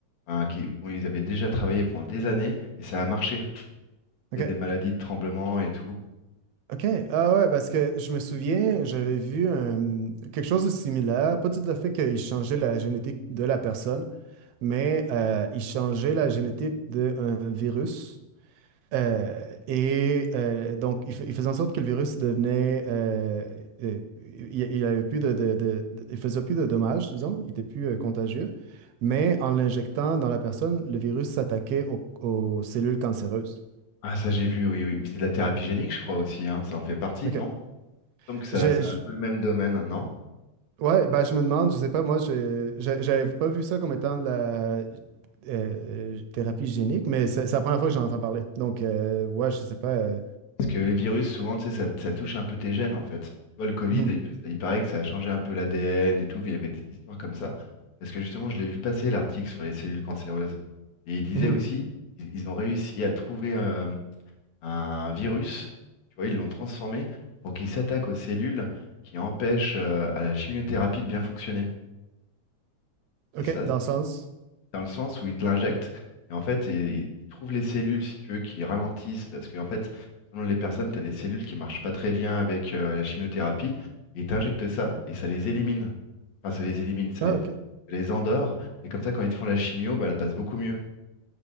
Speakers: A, on the left (about 65°); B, on the right (about 75°).
A: hein, qui, dont ils avaient déjà travaillé pendant des années. Et ça a marché.
B: OK.
A: C'est Des maladies de tremblement et tout.
B: OK. Ah ouais, parce que je me souviens, j'avais vu un- quelque chose de similaire. Pas tout à fait qu'ils changeaient la génétique de la personne, mais euh, ils changeaient la génétique d'un virus. Euh, et euh, donc, ils fa- ils faisaient en sorte que le virus devenait. euh, euh, il, il avait plus de, de- de- de- il faisait plus de dommages, disons. Il était plus euh, contagieux. Mais en l'injectant dans la personne, le virus s'attaquait aux, aux cellules cancéreuses.
A: Ah, ça j'ai vu, oui, oui. Mais c'est de la thérapie génique, je crois aussi, hein. Ça en fait partie,
B: OK.
A: non? Il me semble que ça,
B: Je,
A: c'est
B: je-
A: un peu le même domaine, non?
B: Ouais, ben je me demande, je sais pas, moi, je, je- j'avais pas vu ça comme étant de la euh, euh, thérapie génique, mais c'est c'est la première fois que j'en entends parler. Donc, euh, ouais, je sais pas. euh,
A: Parce que les virus, souvent, tu sais, ça, ça touche un peu tes gènes, en fait. Tu vois, le Covid,
B: mhm,
A: il, il paraît que ça a changé un peu l'ADN et tout, il y avait des histoires comme ça. Parce que justement, je l'ai vu passer l'article sur les cellules cancéreuses. Et il disait
B: mhm.
A: aussi, ils, ils ont réussi à trouver euh, un virus, tu vois, ils l'ont transformé pour qu'il s'attaque aux cellules qui empêchent euh, à la chimiothérapie de bien fonctionner. Et
B: OK,
A: ça,
B: dans le sens.
A: dans le sens où il te l'injecte. Et en fait, il, il trouve les cellules, si tu veux, qui ralentissent. Parce qu'en fait, selon les personnes, tu as des cellules qui marchent pas très bien avec euh, la chimiothérapie. Et il t'injecte ça et ça les élimine. Enfin, ça les élimine, ça
B: Ah,
A: les, ça
B: OK.
A: les endort. Et comme ça, quand ils te font la chimio, bah, elle passe beaucoup mieux.